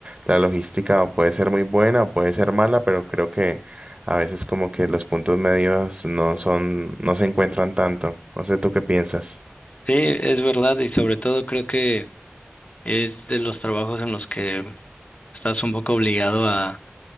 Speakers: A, on the right; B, on the left.
A: la logística puede ser muy buena o puede ser mala, pero creo que a veces como que los puntos medios no son, no se encuentran tanto. No sé, ¿tú qué piensas?
B: Sí, es verdad y sobre todo creo que Es de los trabajos en los que estás un poco obligado a,